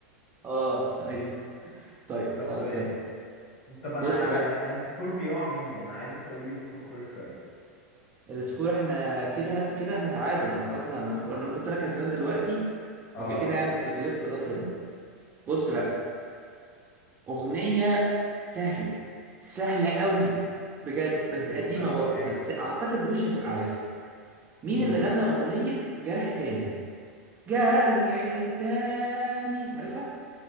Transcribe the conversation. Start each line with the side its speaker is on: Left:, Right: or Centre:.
Right: اه ايوه طيب
Left: طب
Right: خلاص يلا
Left: طب أنا
Right: بص بقى
Left: أنا السكور بيقع مني أنا عايزك تقولي السكور كل شوية
Right: السكور احنا كده كده احنا تعادل انا خلاص انا انا كنت انا كسبان دلوقتي
Left: اه
Right: قبل كده
Left: صح
Right: يعني بس غلطت الغلطه دي بص بقى اغنيه سهله سهله قوي بجد بس
Left: أيوه
Right: قديمه
Left: بقى
Right: برضه
Left: أيوه
Right: بس اعتقد وش هتبقى عارفها مين
Left: قول
Right: اللي
Left: طيب
Right: غنى اغنيه جرح تاني جرح تاني عارفها